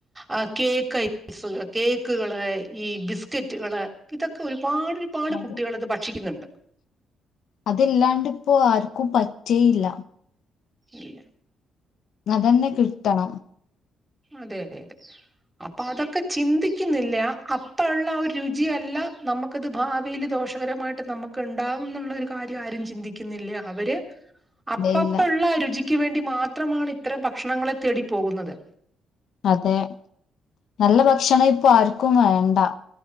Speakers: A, on the right; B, on the left.
A: ആ കേക്ക് ആ സ് കേക്ക്കൾ ഈ ബിസ്ക്കെറ്റുകൾ ഇതൊക്കെ ഒരുപാട്. പാട്
B: അതെ
A: കുട്ടികൾ ഇത് ഭക്ഷിക്ക്ന്ന് ഇണ്ട്.
B: അത് ഇല്ലാണ്ട് ഇപ്പോ ആർക്കും പറ്റേ ഇല്ല.
A: ഇല്ല.
B: അതെന്നെ കിട്ടെണം.
A: അതെ അതെ അതെ അപ്പ അതൊക്കെ ചിന്തിക്ക്ന്നില്ല അപ്പ ഇള്ള ആ രുചി അല്ല. നമ്മുക്ക് ഇത് ഭാവിയിൽ ദോഷകരമായിട്ട് നമ്മുക്ക് ഇണ്ടാവും ഇന്ന് ഇള്ള ഒരു കാര്യം ആരും ചിന്തിക്കുന്നില്ല അവര്. അപ്പ
B: ഇല്ല
A: അപ്പ ഇള്ള രുചിക്ക് വേണ്ടി മാത്രമാണ് ഇത്തരം ഭക്ഷണങ്ങളെ തേടി പോകുന്നെത്.
B: അതെ നല്ല ഭക്ഷണം ഇപ്പൊ ആര്ക്കും വേണ്ടാ